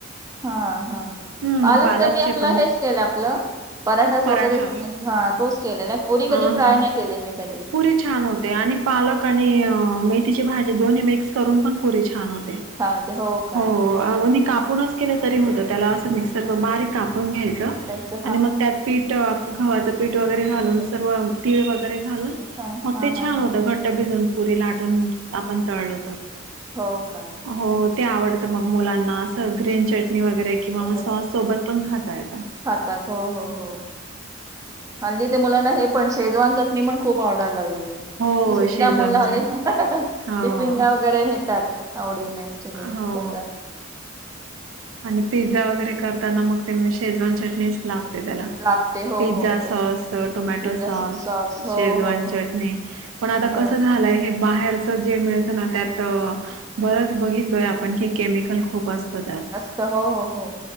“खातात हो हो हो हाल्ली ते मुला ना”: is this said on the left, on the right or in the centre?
Right